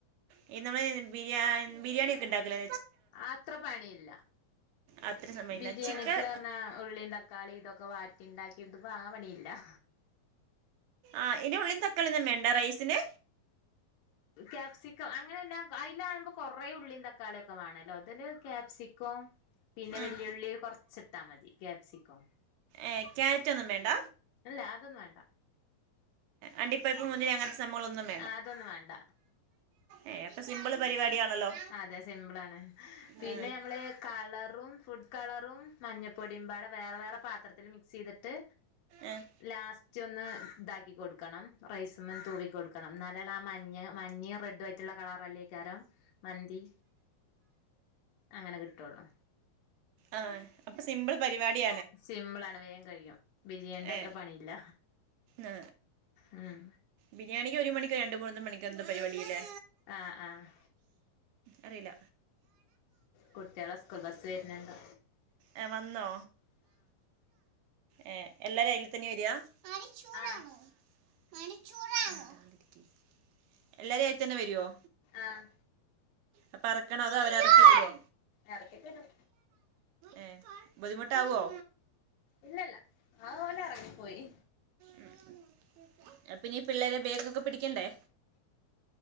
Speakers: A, on the right; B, on the left.
A: ഈ നമ്മള് ബിരിയാ ബിരിയാണി ഒക്കെ ണ്ടാക്കലേ.
B: അത്ര പണിയില്ല.
A: അത്ര സമയമില്ല
B: ബിരിയാണിക്ക്
A: ചിക്കൻ
B: പറഞ്ഞാ ഉള്ളീം ത ക്കാളി ഇതൊക്കെ വാറ്റി ണ്ടാക്കി ത്പ്പോ ആ പണിയില്ലാ.
A: ആഹ് ഇന് ഉള്ളീം തക്കാളിന്നും വേണ്ട റൈസിന്?
B: കാപ്സിക്കം അങ്ങനയല്ലാ അയ്ലാകുമ്പോ കൊറെ ഉള്ളീ തക്കാളിയൊക്കെ വേണല്ലോ ഇതില് കാപ്സി കോം പിന്നെ
A: ഉം.
B: വല്ല്യള്ളീം കുറച് ഇട്ടാ മതി. ക്യാപ്സിക്കോം.
A: ഏ ക്യാരറ്റ് ഒന്നും വേണ്ട?
B: ഇല്ല അതൊന്നും വേണ്ട.
A: അണ്ടിപ്പരിപ്പ് മുന്തിരി അങ്ങനത്തെ സംഭവങളൊന്നും.
B: ആ അതൊന്നും വേണ്ട.
A: ഏ അപ്പൊ സിംമ്പിള് പരിപാടിയാണല്ലോ.
B: അതെ സിമ്പിൾ ആണ്. പിന്നെ
A: ഏ,
B: നമ്മള് കളറും ഫുഡ് കളറും മഞ്ഞപ്പൊടിയുംമ്പാടെ വേറെ, വേറെ. പാത്രത്തിൽ മിക്സ് ചെയ്തിട്ട്.
A: എഹ്
B: ലാസ്റ്റ് ഒന്ന് ഇതാക്കി കൊടുക്കണം. റൈസുമ്മെ തൂവി കൊടുക്കണം. എന്നാലേളു ആ മഞ്ഞ മഞ്ഞെമ് റെഡും ആ മറ്റുള്ള കളർല്ലേക്കാരം മന്തി അങ്ങനെ കിട്ടുള്ളു.
A: ആഹ് അപ്പ സിമ്പിൾ പരിപാടിയ.
B: സിംമ്പിൾ ആണ് വേകം കഴിയും. ബിരിയാണിന്റെ
A: ഏ
B: അത്ര പണിയില്ല.
A: ആ,
B: ഉം
A: ബിരിയാണിക്ക് ഒരു മണിക്കോ രണ്ട് മൂന്ന് മണിക്കൂർ എന്തോ പരിപാടില്ലേ?
B: ആഹ് ആഹ്
A: അറിയില്ല
B: കുട്ടികളെ സ്കൂൾ ബസ്സ് വര്ന്ണ്ട്.
A: ഏഹ് വന്നോ? ഏഹ് എല്ലാരും അയ്ല് തന്നെ വര്യാ.? കറിച്ചൂറാണോ?
B: ആഹ്
A: കണിച്ചൂറാണോ? മിണ്ടാണ്ടിരിക്ക്‌. എല്ലാരും ആയി തന്നെ വരുവോ?
B: ആഹ്
A: അപ്പ എറക്കാണോ അതോ അവര് എറക്കി തരോ
B: എറക്കി തരും
A: ഏഹ് ബുദ്ധിമുട്ടാവോ?
B: ഇല്ലല്ല ആ ഓലെറങ്ങിപ്പോയി.
A: ഉം അപ്പിന്നീ പിള്ളേരെ ബാഗൊക്കെ പിടിക്കണ്ടേ?